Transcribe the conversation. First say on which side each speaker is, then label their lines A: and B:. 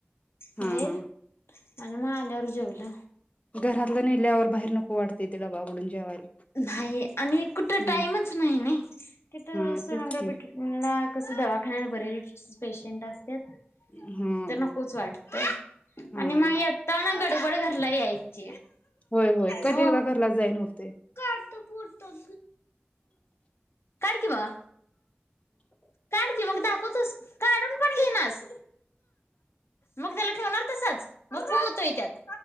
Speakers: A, on the left; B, on the left.
A: हा
B: बाहेर
A: हा
B: आणि मग आल्यावर, जेवलं
A: घरातलं नेल्यावर बाहेर, नको, वाटतंय तिला बागडून जेवायला.
B: नाही. आणि कुठं
A: हम्म
B: टाईमच नाही. नाय तिथ,
A: हा
B: सोनोग्राफी
A: तेच की
B: ट्रीटमेंटला कसं, दवाखान्यात बरेच पेशंट असतात. हेच
A: हम्म
B: तर, नकोच वाटतंय.
A: हा
B: आणि मग येता ग घरला यायची.
A: होय, होय, कधी
B: हो
A: एकदा घरला जाईन होतंय.
B: काढ की, बाबा काढ की मग दाखवतोस, काढून पण घेइनास, मग त्याला ठिवणार तसंच मग पू होतोय, त्यात